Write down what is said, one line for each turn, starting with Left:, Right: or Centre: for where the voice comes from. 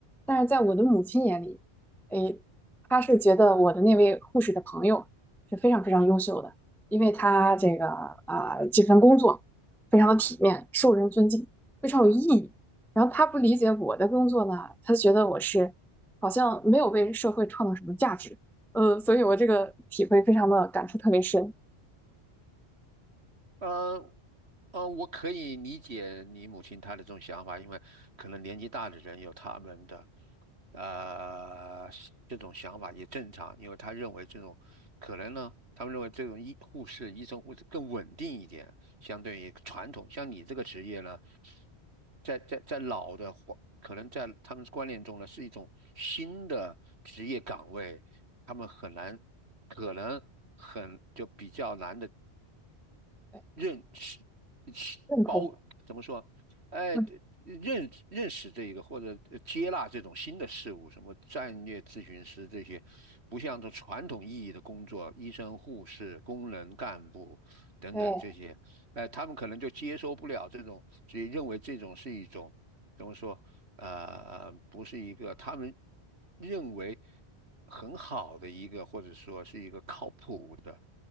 Centre: 但是在我的母亲眼里，诶，她是觉得我的那位护士的朋友是非常非常优秀的，因为她这个啊、这份工作非常的体面，受人尊敬，非常有意义。然后他不理解我的工作呢，他觉得我是好像没有为社会创造什么价值，呃，所以我这个体会非常的感触特别深，
Right: 呃呃，我可以理解你母亲她的这种想法，因为可能年纪大的人有他们的。呃，这种想法也正常，因为他认为这种可能呢，他们认为这种医护士、医生、护士更稳定一点，相对于传统。像你这个职业呢，在在在老的环，可能在他们观念中呢，是一种新的职业岗位，他们很难，可能很就比较难的
Centre: 对，
Right: 认识
Centre: 认同，
Right: 包怎么说？哎，
Centre: 嗯，
Right: 认认识这一个或者呃接纳这种新的事物，什么战略咨询师这些，不像这传统意义的工作，医生、护士、工人、干部等等这些，
Centre: 对，
Right: 哎，他们可能就接受不了这种，所以认为这种是一种怎么说？呃，不是一个他们认为很好的一个，或者说是一个靠谱。的。